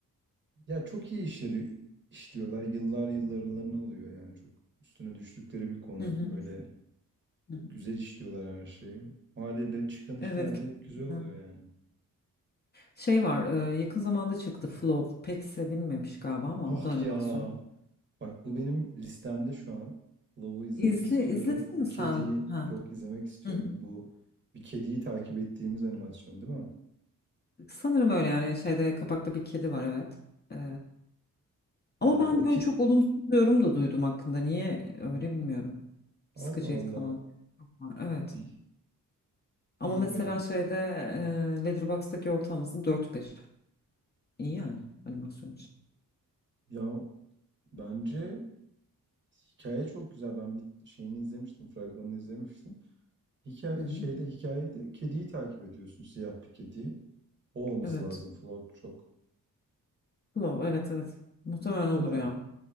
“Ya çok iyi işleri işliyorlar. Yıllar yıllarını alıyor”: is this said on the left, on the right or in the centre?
Right